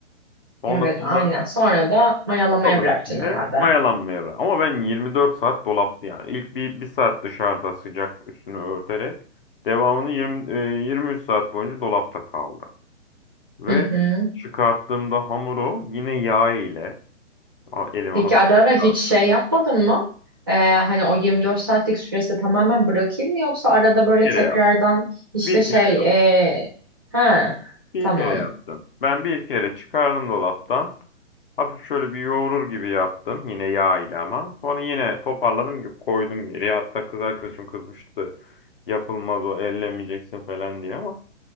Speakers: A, on the left (about 50°); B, on the right (about 20°).
A: Sonrasında
B: Evet, aynen. Sonra da mayalamaya
A: o kabın
B: bırakacaksın
A: içinde
B: herhalde.
A: mayalanmaya bırak. Ama ben 24 saat dolapta yani. İlk bir, bir saat dışarıda sıcak üstünü örterek devamını 20, e, 23 saat boyunca dolapta kaldı. Ve
B: Hı hı.
A: çıkarttığımda hamuru yine yağ ile a- elime
B: Peki
A: hafif
B: ara ara
A: bir
B: hiç
A: yağ
B: şey
A: sürdüm.
B: yapmadın mı? Ee, hani o 24 saatlik süresi tamamen bırakayım mı yoksa arada böyle
A: Bir
B: tekrardan
A: kere yaptım.
B: işte
A: Bir
B: şey
A: kere yaptım.
B: ee... ha
A: Bir
B: tamam
A: kere yaptım. Ben bir kere çıkardım dolaptan. Hafif şöyle bir yoğurur gibi yaptım. Yine yağ ile ama. Sonra yine toparladım koydum geriye. Hatta kız arkadaşım kızmıştı. Yapılmaz o ellemeyeceksin falan diye ama.